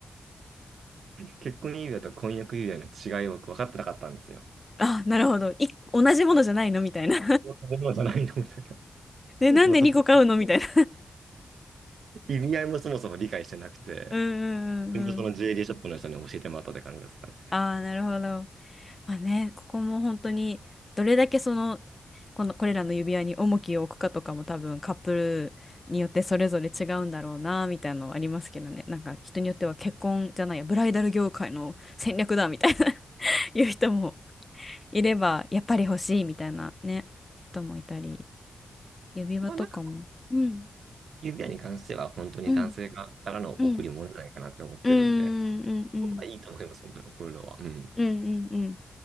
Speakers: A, on the right (about 75°); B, on the left (about 35°).
A: 結婚指輪と婚約指輪の違いを僕分かってなかったんですよ。
B: <laughs> あなるほどい同じものじゃないのみたいな
A: こういうものじゃないのみたいな。
B: <laughs> でなんで2個買うのみたいな
A: もうそこ、意味合いもそもそも理解してなくて、
B: うんうんうんうん。
A: でもそのジュエリーショップの人に教えてもらったって感じですかね。
B: ああ、なるほど。まあね、ここも本当に、どれだけその、この、これらの指輪に重きを置くかとかも多分カップルによってそれぞれ違うんだろうな、みたいなのはありますけどね。なんか人によっては結婚じゃないや、ブライダル業界の戦略だ、みたいな <laughs> いう人もいれば、やっぱり欲しい、みたいなね、人もいたり、指輪とかも。
A: まあなんか、
B: うん、
A: 指輪に関しては本当に男性側からの贈り物じゃないかなって思ってるんで、
B: うん、うん。うん、うん、うん、うん、
A: まあ、いいと思います、本当に贈るのは。うん。
B: うん、うん。